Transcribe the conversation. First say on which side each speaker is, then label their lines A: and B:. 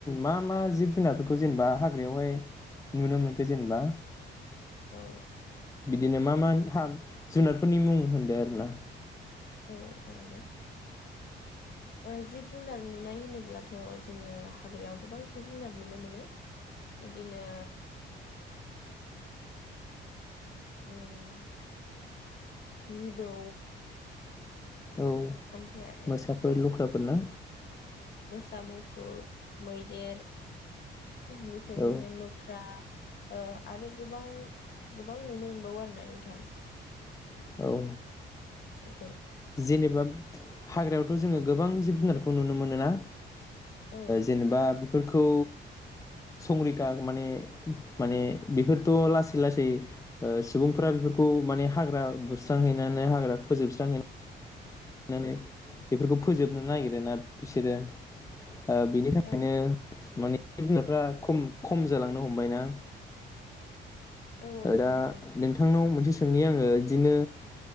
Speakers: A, on the left; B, on the left.
A: मा मा जिब जुनारफोरखौ जेनेबा हाग्रायावहाय नुनो मोनखो जेनेबा
B: औ
A: बिदिनो मा मा जुनार फोरनि मुं होनदो आरोना
B: औ जागोन दे ओ जिब जुनार नुनाय होनोब्लाथ' जोङो हाग्रायाव गोबां जिब जुनार नुनो मोनो बिदिनो ओ जिबौ
A: औ
B: ओमफ्राय आरो
A: मोसाफोर लख्राफोर ना
B: सा मुफुर मैदेर बेफोरदिनो
A: औ
B: मोख्रा ओ आरो गोबां गोबां नुनो मोनबावो आरो ना नोंथां
A: औ
B: औ
A: जेनेबा हाग्रायावथ' जोङो
B: औ
A: गोबां जिब जुनारखौ खौ नुनो मोनो ना
B: औ
A: जेनेबा बेफोरखौ संरैखा माने माने बेफोरथ' लासै लासै ओ सुबुंफ्रा बेफोरखौ माने हाग्रा बुस्रांहैनानै हाग्रा फोजोबस्रांहैनानै <unintelligible>
B: उम
A: बेफोरखौ फोजोबनो नागिरोना बिसोरो ओ बिनि थाखायनो
B: औ
A: माने जिब जुनारफ्रा खम खम जालांनो हमबायना
B: औ जालांबाय
A: दा
B: नोंथां
A: नोंथांनाव मोनसे सोंनि आङो बिदिनो